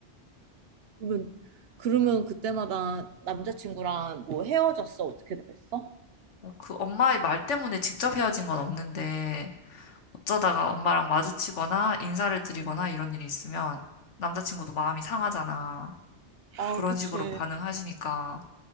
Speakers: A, on the right; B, on the left.
A: 그러면, 그러면 그때마다 남자친구랑 뭐 헤어졌어? 어떻게 됐어?
B: 뭐그 엄마의 말 때문에 직접 헤어진 건 없는데 어쩌다가 엄마랑 마주치거나 인사를 드리거나 이런 일이 있으면 남자친구도 마음이 상하잖아.
A: 아,
B: 그런
A: 그치.
B: 식으로 반응하시니까